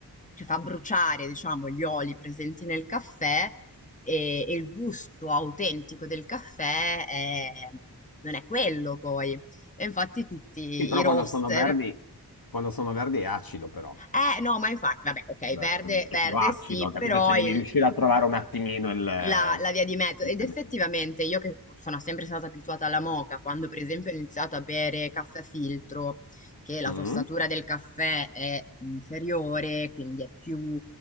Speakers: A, on the left (about 20°); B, on the left (about 60°).
A: cioè fa bruciare, diciamo, gli oli presenti nel caffè e, e il gusto autentico del caffè è- mm, non è quello poi. E infatti tutti
B: Sì, però
A: i roaster
B: quando sono verdi, quando sono verdi è acido però.
A: eh no, ma infatti, vabbè, okay,
B: Verdi,
A: verde
B: è
A: verde
B: più acido,
A: sì,
B: capito?
A: però
B: Cioè devi
A: il
B: riuscire a trovare un attimino il...
A: la, la via di mezzo.
B: il-
A: Ed
B: temendo.
A: effettivamente io che sono sempre stata abituata alla moka, quando per esempio ho iniziato a bere caffè filtro, che la
B: Mm?
A: tostatura del caffè è inferiore, quindi è più